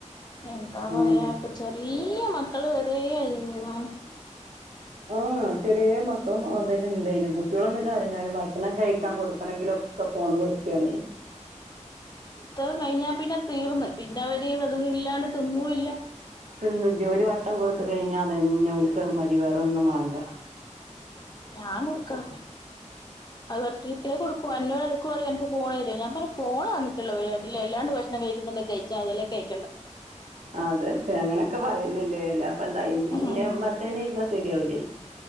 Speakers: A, on the left; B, on the right.
A: എന്താ പറയാ
B: ഉം
A: ഇപ്പോ ചെറീയ മക്ക ക്കള് വരേ <unintelligible>
B: ആഹ് ചെറിയേ മക്കള് മൊതല് <unintelligible> കുട്ടികളൊന്ന് കരഞ്ഞാലും ഭക്ഷണം കഴിക്കാൻ കൊടുക്കണങ്കിലും ഒക്കെ ഫോണ് കൊടുക്കാണ്.
A: ത്ത് കഴിഞ്ഞാ പിന്നെ തീർന്ന് പിന്ന അവര് അതൊന്നില്ലാണ്ട് തിന്നൂല്ലാ
B: <unintelligible> ഒരു വട്ടം കൊടുത്തു കഴിഞ്ഞാ അതന്നെ ഓല് ക്കത് മതി വേറൊന്നും വേണ്ട.
A: ഞാൻ കൊടുക്കാ അത് തട്ടീട്ടേ കൊടുക്കു. എന്നോട് എടക്ക് പറയും എൻക്ക്‌ ഫോൺ തരോ ഞാൻ പറയും ഫോൺ തന്നിട്ടുള്ള ഒരു <unintelligible> അല്ലാണ്ട് ഭക്ഷണം കഴിക്കിന്നിണ്ടേൽ കഴിച്ചാ മതി അല്ലേ കഴി
B: ആതെ <unintelligible> അങ്ങനൊക്കെ പറയെന്നല്ലേ അല്ലാപ്പെന്താ <unintelligible>
A: ആഹ്
B: സരിയാവൂലേ.